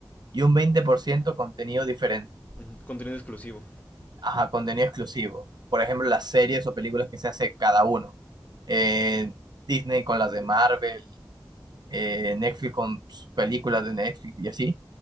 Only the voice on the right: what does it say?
y un 20% contenido diferente,
ajá, contenido exclusivo. Por ejemplo, las series o películas que se hace cada uno. Eh, Disney con las de Marvel, eh, Netflix con sus películas de Netflix y así,